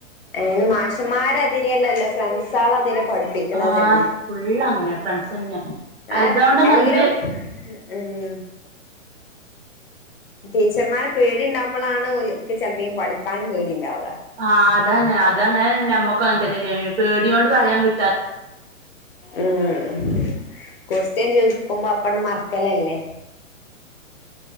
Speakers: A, on the left (about 45°); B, on the right (about 50°).
A: അയ്ന് മാഷന്മാരതിരില്ലല്ലോ ഫ്രണ്ട്സളാതിരെ പഠിപ്പിക്കണന്നെ.
B: ആഹ് ഫുള്ള് അങ്ങനെയാ ഫ്രണ്ട്സന്നെ അതോണ്ടന്നെ
A: ഏ അല്ലെങ്കിലും
B: എന്തൊരു
A: ഉം ടീച്ചർമാരെ പേടി ഇണ്ടാവുമ്പളാണ് ഓല് ക്ക് ചെൽപ്പം ഈ പഠിക്കാനും പേടി ഇണ്ടാവ
B: ആഹ് അതാണ് അത് അങ്ങനെ നമ്മക്കും അങ്ങനെ തന്നെ അല്ലേ ഒര് പേട്യോണ്ട് പറയാൻ കിട്ടാ
A: ഉം കൊസ്റ്റ്യൻ ചോയ്ക്കുമ്പം അപ്പണ്ണ് മർക്കലല്ലേ?